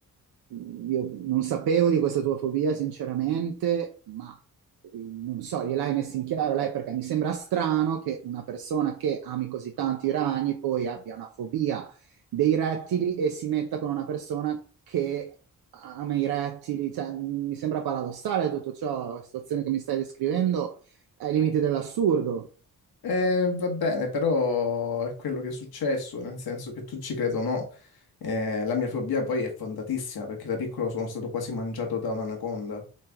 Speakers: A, on the right; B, on the left.
A: mh, io non sapevo di questa tua fobia, sinceramente, ma eh, non so, gliel'hai messa in chiaro lei perché mi sembra strano che una persona che ami così tanti i ragni poi abbia una fobia dei rettili e si metta con una persona che ama i rettili, cioè, mh, mi sembra paradossale tutto ciò, la situazione che mi stai descrivendo è ai limiti dell'assurdo.
B: Eh, va bene, però è quello che è successo, nel senso che tu ci credo o no. Eh, la mia fobia poi è fondatissima perché da piccolo sono stato quasi mangiato da un'anaconda.